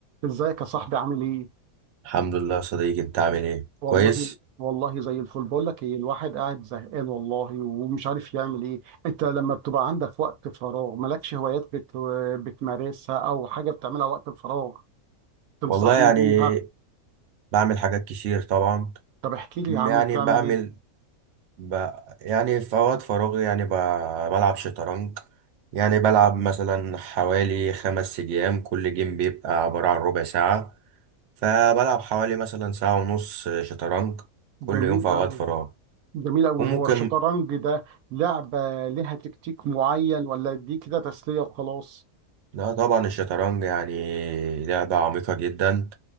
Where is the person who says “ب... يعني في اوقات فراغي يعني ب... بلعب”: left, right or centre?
Right